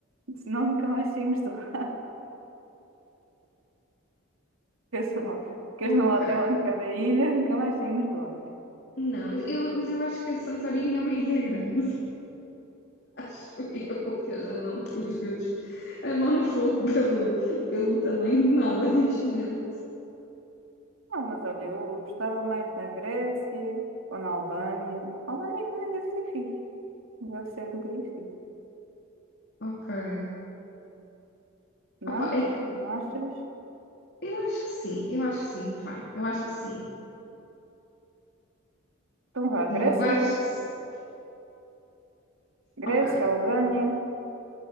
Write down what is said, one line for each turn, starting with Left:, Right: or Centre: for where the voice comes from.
Right: senão nunca mais saímos de lá. <laughs> Ficas num ficas
Left: Ok.
Right: num hotel em cada ilha, nunca mais saímos de lá.
Left: Não, mas eu, mas eu acho que Santorini é uma ilha grande. <laughs> acho eu, que eu já não tenho os dedos a mão no fogo pelo, pelo tamanho de nada neste momento.
Right: Não, mas olha, eu gostava mais na Grécia ou na Albânia. A Albânia também deve ser fixe. Deve ser um país fixe.
Left: Ok.
Right: Não?
Left: Opa, é que-
Right: Não achas?
Left: eu acho que sim, eu acho que sim, fine, eu acho que sim,
Right: Então vá,
Left: eu
Right: Grécia,
Left: acho que sim.
Right: Grécia,
Left: Ok.
Right: Albânia. O